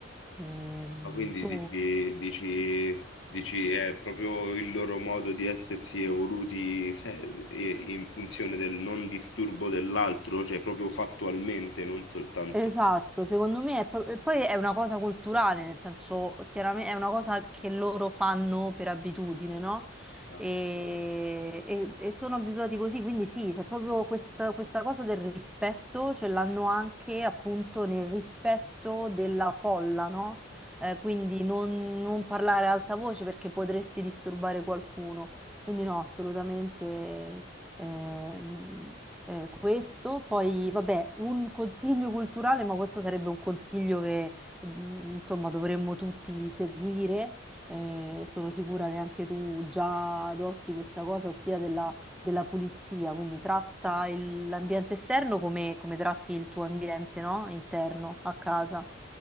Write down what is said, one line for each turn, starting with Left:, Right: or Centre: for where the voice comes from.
Centre: Ehm,
Left: Ma quindi
Centre: tu
Left: dici, dici, dici è proprio il loro modo di essersi evoluti se- e- in funzione del non disturbo dell'altro, cioè proprio fattualmente, non soltanto...
Centre: Esatto, secondo me è pro- e poi è una cosa culturale, nel senso, chiaramente è una cosa che loro fanno per abitudine, no?
Left: Ah.
Centre: E, e- e sono abituati così, quindi sì, c'è proprio questa, questa cosa del rispetto, ce l'hanno anche appunto nel rispetto della folla, no? Eh, quindi non, non parlare ad alta voce perché potresti disturbare qualcuno. Quindi no, assolutamente. Ehm, eh, questo, poi vabbè, un consiglio culturale, ma questo sarebbe un consiglio che mh, insomma dovremmo tutti seguire. Eh, sono sicura che anche tu già adotti questa cosa, ossia della, della pulizia, quindi tratta il- l'ambiente esterno come, come tratti il tuo ambiente, no? Interno a casa.